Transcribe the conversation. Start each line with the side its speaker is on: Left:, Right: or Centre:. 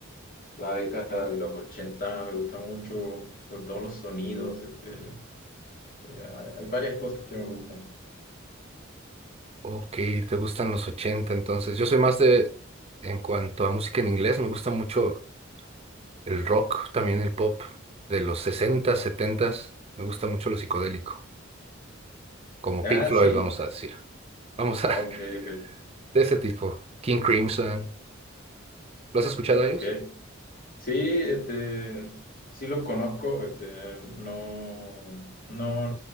Left: la década de los 80 me gusta mucho, sobre todo los sonidos, este, este, hay, hay varias cosas que me gustan.
Right: Ok, te gustan los 80, entonces. Yo soy más de, en cuanto a música en inglés, me gusta mucho el rock, también el pop de los 60, 70. Me gusta mucho lo psicodélico, como
Left: Ah,
Right: Pink Floyd,
Left: sí,
Right: vamos a decir. Vamos a,
Left: ok,
Right: <laughs>
Left: ok,
Right: de ese tipo. King Crimson. ¿Lo has escuchado a
Left: ok.
Right: ellos?
Left: Sí, este, sí los conozco, este, no, no,